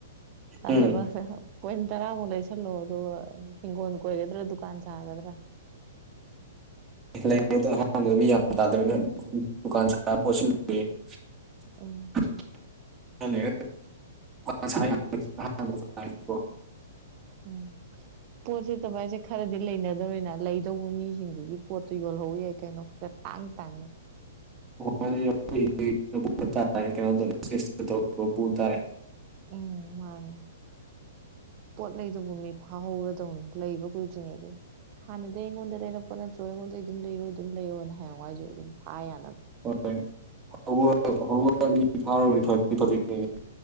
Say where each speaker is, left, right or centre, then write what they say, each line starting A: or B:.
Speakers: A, on the right; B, on the right.
A: ꯎꯝ
B: ꯍꯥꯏꯕꯁꯦ ꯄꯣꯏꯟ ꯇꯔꯥꯃꯨꯛ ꯂꯩꯁꯜꯂꯣ ꯑꯗꯨꯒ ꯍꯤꯡꯒꯣꯜ ꯀꯣꯏꯒꯗ꯭ꯔꯥ ꯗꯨꯀꯥꯟ ꯁꯥꯒꯗ꯭ꯔꯥ
A: ꯂꯩꯗ ꯑꯍꯥꯟꯕꯗ ꯃꯤ ꯌꯥꯝ ꯇꯥꯗꯕꯅꯤꯅ ꯗꯨꯀꯥꯟ <unintelligible>
B: ꯎꯝ
A: <inaudible>
B: ꯎꯝ ꯄꯣꯠꯁꯤꯠꯇꯕ ꯍꯥꯏꯁꯦ ꯈꯔꯗꯤ ꯂꯩꯅꯗꯧꯔꯤꯅ ꯂꯩꯗꯧꯕ ꯃꯤꯁꯤꯡꯗꯨꯒꯤ ꯄꯣꯠꯇꯨ ꯌꯣꯜꯍꯧ ꯌꯥꯏ ꯀꯩꯅꯣ ꯈꯔ ꯇꯥꯡ ꯇꯥꯡꯅ
A: <inaudible>
B: ꯎꯝ ꯃꯥꯅꯦ ꯄꯣꯠ ꯂꯩꯗꯧꯕ ꯃꯤ ꯐꯥꯍꯧꯔꯗꯧꯅꯤ ꯂꯩꯕ ꯀꯨꯏꯗ꯭ꯔꯤꯉꯩꯗꯒꯤ ꯍꯥꯟꯅꯗꯒꯤ ꯑꯩꯉꯣꯟꯗ ꯂꯩꯔꯛꯄ ꯅꯠꯇ꯭ꯔꯣ ꯑꯩꯉꯣꯟꯒꯤ ꯑꯗꯨꯝ ꯂꯩꯌꯣ ꯑꯗꯨꯝ ꯂꯩꯌꯣꯅ ꯍꯥꯏꯌꯦꯡꯋꯥꯏꯁꯨ ꯑꯗꯨꯝ ꯍꯥꯏ ꯌꯥꯅꯕ
A: <inaudible>